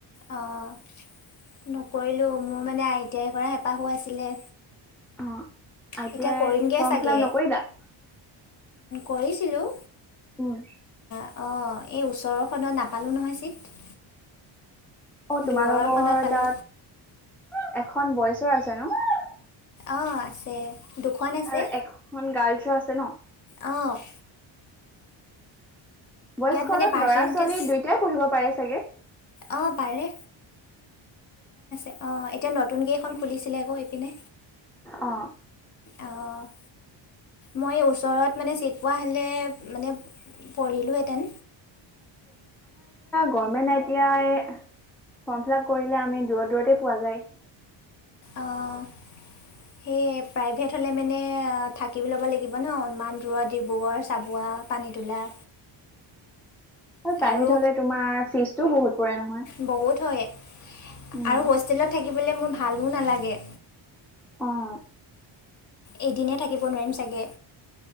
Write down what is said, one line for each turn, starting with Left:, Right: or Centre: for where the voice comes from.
Left: অঁ নকৰিলোঁ, মোৰ মানে আই টি আই কৰা হেঁপাহো আছিলে
Centre: অ', আই
Left: এতিয়া
Centre: টি আই
Left: কৰিমগৈ
Centre: ফৰ্ম
Left: চাগে
Centre: ফিলআপ নকৰিলা?
Left: কৰিছিলোঁ।
Centre: উম
Left: অ', এই ওচৰৰখনত নাপালোঁ নহয় ছিট।
Centre: অ', তোমালোকৰ
Left: দূৰৰখনত পালোঁ
Centre: তাত এখন বইচৰ আছে ন'?
Left: অ', আছে দুখন আছে।
Centre: আৰু এখন গাৰ্লছৰ আছে ন'?
Left: অ'।
Centre: বইচ খনত
Left: মানে পাৰ্চেণ্টেজ
Centre: ল'ৰা-ছোৱালী দুয়টাই পঢ়িব পাৰে চাগে?
Left: অঁ পাৰে অ', এতিয়া নতুন এখন খুলিছিলে আকৌ এইপিনে।
Centre: অ
Left: অ' মইয়েই ওচৰত মানে চিট পোৱা হ'লে মানে পঢ়িলোহেঁতেন।
Centre: Government I T I form fill up কৰিলে আমি দূৰত দূৰতে পোৱা যায়। <inaudible>
Left: অঁ সেই প্ৰাইভেট হ'লে মানে থাকি ল'ব লাগিব ন' ইমান দূৰত ডিব্ৰুগড়, চাবুৱা, পানীতোলা।
Centre: হয়, প্ৰাইভেট
Left: আৰু
Centre: হ'লে তোমাৰ ফিজতটো বহুত। পৰে নহয়
Left: বহুত হয়
Centre: উম,
Left: আৰু হোষ্টেলত থাকিবলে মোৰ ভালো নালাগে।
Centre: অ'।
Left: এদিনেই থাকিব নোৱাৰিম চাগে।